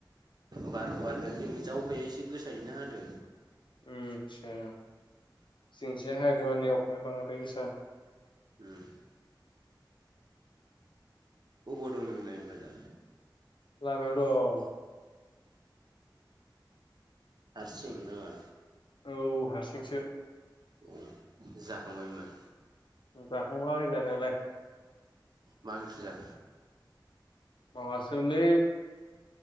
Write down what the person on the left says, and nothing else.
आतसा जोंथि हायाखै माने अखाया बांद्राय गोसा
लामायाव दं
औ हारसिंसो
जाखांबाय जानायालाय
माबासो मोनलै